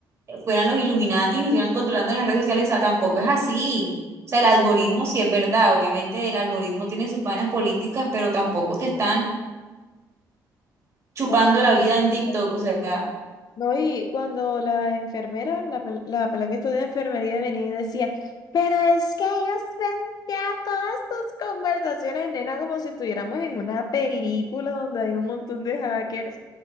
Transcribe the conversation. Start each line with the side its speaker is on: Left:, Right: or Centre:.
Right: fueran los Illuminati y nos estuvieran controlando en las redes sociales. O sea, tampoco es así. O sea, el algoritmo sí es verdad. Obviamente el algoritmo tiene sus vainas políticas, pero tampoco te están chupando
Left: No,
Right: la vida en TikTok.
Left: total.
Right: O sea.
Left: No, y cuando la enfermera, la, pel- la pela que estudia enfermería venía y decía, pero es que ellos ven ya todas tus conversaciones, nena, como si estuviéramos en una película donde hay un montón de hackers.